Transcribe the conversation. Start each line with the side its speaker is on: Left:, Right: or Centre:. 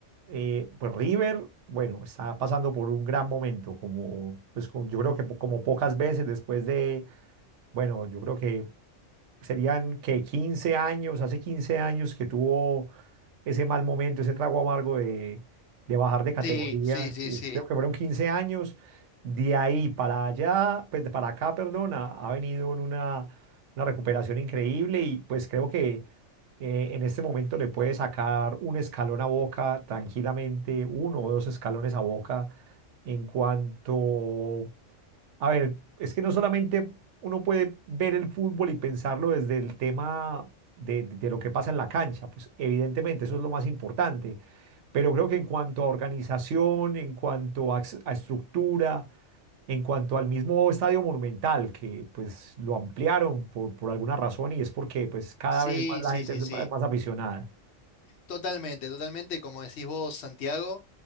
Right: eh, pues River, bueno, está pasando por un gran momento, como, pues, como- yo creo que po- como pocas veces después de, bueno, yo creo que serían que 15 años, hace 15 años que tuvo ese mal momento, ese trago amargo de, de bajar de categoría.
Left: Sí, sí, sí,
Right: eh,
Left: sí.
Right: Creo que fueron 15 años. De ahí para allá, pues de para acá, perdón, ha, ha venido en una, una recuperación increíble y pues creo que eh, en este momento le puede sacar un escalón a Boca tranquilamente, uno o dos escalones a Boca en cuanto a ver, es que no solamente uno puede ver el fútbol y pensarlo desde el tema de, de lo que pasa en la cancha, pues evidentemente eso es lo más importante, pero creo que en cuanto a organización, en cuanto a, ex- a estructura, en cuanto al mismo estadio Monumental, que pues lo ampliaron por, por alguna razón y es porque pues cada
Left: Sí,
Right: vez más la
Left: sí,
Right: gente
Left: sí,
Right: es
Left: sí.
Right: más más aficionada.
Left: Totalmente, totalmente, como decís vos, Santiago,